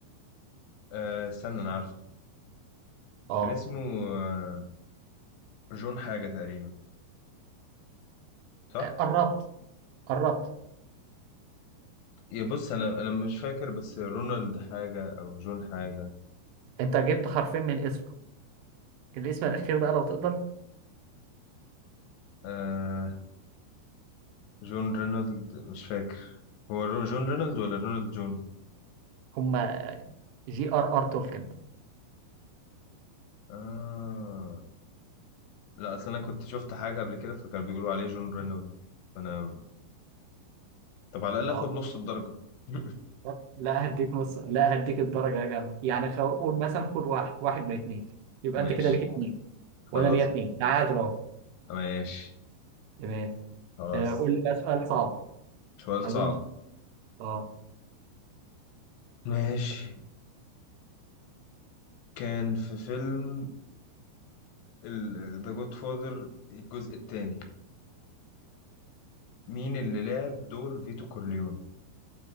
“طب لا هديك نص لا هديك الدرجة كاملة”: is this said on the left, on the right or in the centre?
Right